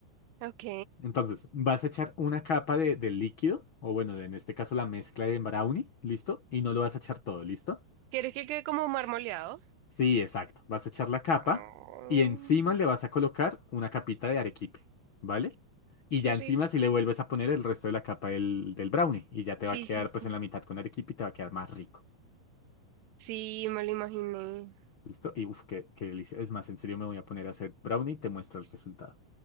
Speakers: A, on the right; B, on the left.
A: Ok.
B: Entonces, vas a echar una capa de, de líquido, o bueno, de- en este caso la mezcla de brownie, ¿listo? Y no lo vas a echar todo, ¿listo?
A: ¿Quieres que quede como marmoleado?
B: Sí, exacto. Vas a echar la capa
A: Ay,
B: y encima le vas a colocar una capita de arequipe, ¿vale? Y
A: qué
B: ya encima
A: rico.
B: si le vuelves a poner el resto de la capa del, del brownie y ya te
A: Sí,
B: va a quedar
A: sí, sí.
B: pues en la mitad con arequipe y te va a quedar más rico,
A: Sí, me lo imaginé.
B: ¿listo? Y uff, qué, qué delicia. Es más, en serio me voy a poner a hacer brownie y te muestro el resultado,